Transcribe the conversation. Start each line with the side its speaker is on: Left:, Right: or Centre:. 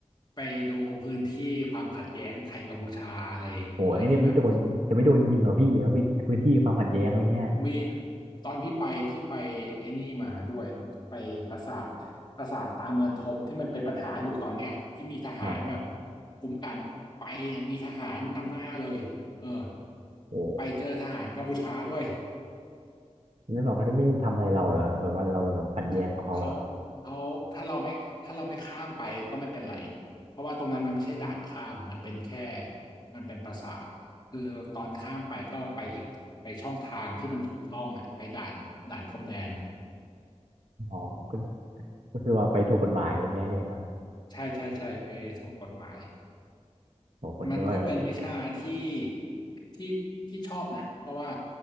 Left: ไปดูพื้นที่ความขัดแย้งไทยกัมพูชาอะไรด้วยที่แบบ
Right: โหไอ้เนี่ยไม่โดนจะไม่โดนยิงเหรอพี่แล้วมีพื้นที่ความขัดแย้งอะไรเงี้ย
Left: มีตอนพี่ไปพี่ไปไอ้นี่มาด้วยไปปราสาทปราสาทตาเมืองทมที่มันเป็นปัญหาอยู่ตอนเนี้ยที่มีทหารแบบ
Right: ครับ
Left: คุ้มกันไปเนี่ยมีทหารนำหน้าเลยเออ
Right: โอ
Left: ไปเจอทหารกัมพูชาด้วย
Right: ้แล้วบอกเขาจะไม่ทำอะไรเราเหรอแบบว่าเราแบบขัดแย้งกับเขาอ่ะ
Left: เขาเขาเขาถ้าเราไม่ถ้าเราไม่ข้ามไปก็ไม่เป็นไรเพราะว่าตรงนั้นมันไม่ใช่ด่านข้ามมันเป็นแค่มันเป็นปราสาทคือตอนข้ามไปก็ไปอีกไปช่องทางที่มันถูกต้องอ่ะไปด่านด่านพรมแดน
Right: อ๋อก็ก็คือว่าไปถูกกฎหมายอะไรเงี้ยใช่ไหมครับ
Left: ใช่ใช่ใช่ไปถูกกฎหมาย
Right: โอ้คนนึกว่า
Left: มันก็เป็นวิชาที่ที่พี่ชอบนะเพราะว่า